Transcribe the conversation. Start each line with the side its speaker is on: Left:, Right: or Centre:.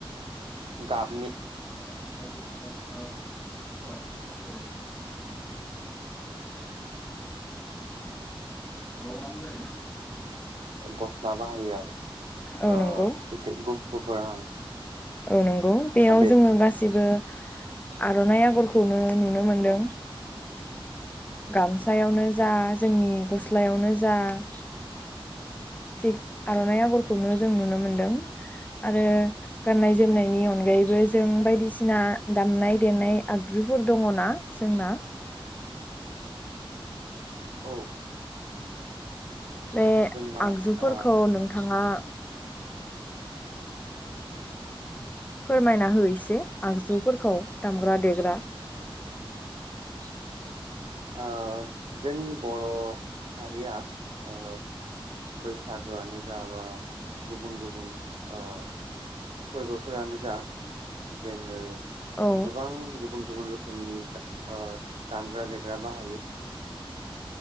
Right: गाबनि
Left: <unintelligible> <unintelligible>
Right: गस्ला बाहायो आरो
Left: औ
Right: ओ
Left: नंगौ
Right: एसे गुफुरहां
Left: औ नंगौ बेयाव
Right: बे
Left: जोङो गासै जेबो आर'नाइ आगरखौनो नुनो मोनदों
Right: औ
Left: गामसायावनो जा जोंनि गस्लायावनो जा जा थिग आर'नाइ आगरखौनो जों नुनो मोनदों । आरो गाननाय जोमनायनि अनगायैबो जों बायदिसिना दामनाय देनाय आगजुफोर दङना जोंना? <inaudible>
Right: औ
Left: बे
Right: जोंना
Left: आगजुफोरखौ
Right: ओ
Left: नोंथाङा फोरमायना हो एसे आगजुफोरखौ दामग्रा देग्रा ।
Right: ओ जोंनि बर' हारिया ओ बैसागोआनो जा बा गुबुन गुबुन ओ फोरबोफोरानो जा जोङो
Left: औ
Right: गोबां गुबुन गुबुन रोखोमनि ओ दामग्रा देग्रा बाहायो ।